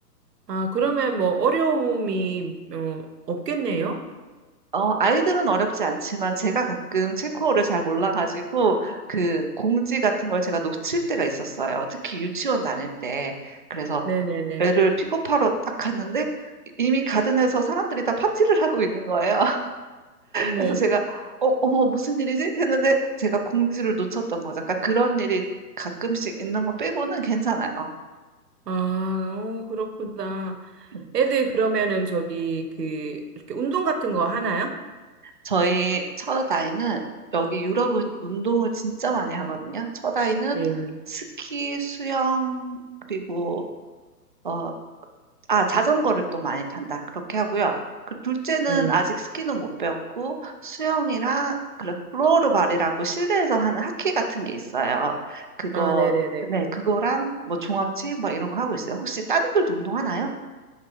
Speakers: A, on the right; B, on the right.
A: 아, 그러면 뭐 어려움이, 어, 없겠네요?
B: 어, 아이들은 어렵지 않지만 제가 가끔 체코어를 잘 몰라가지고 그 공지 같은 걸 제가 놓칠 때가 있었어요. 특히 유치원 다닐 때. 그래서
A: 네네네.
B: 애를 픽업하러 딱 갔는데 이미 가든에서 사람들이 다 파티를 하고 있는 거예요.
A: 어머,
B: 그래서 제가 어, 어머 무슨 일이지? 했는데 제가 공지를 놓쳤던 거죠. 그러니까 그런 일이 가끔씩 있는 거 빼고는 괜찮아요. 어,
A: 아, 어, 그렇구나.
B: 음.
A: 애들 그러면은 저기, 그, 이렇게 운동 같은 거 하나요?
B: 저희 처다이는 여기 유럽은 운동을 진짜 많이 하거든요. 처다이는
A: 네.
B: 스키, 수영 그리고 어, 아, 자전거를 또 많이 탄다. 그렇게 하고요. 그 둘째는
A: 음.
B: 아직 스키는 못 배웠고 수영이랑 그래 플로어볼이라고 실내에서 하는 하키 같은 게 있어요. 그거
A: 아, 네네네.
B: 네, 그거랑 뭐 종합체 뭐 이런 거 하고 있어요. 혹시 따님들도 운동하나요?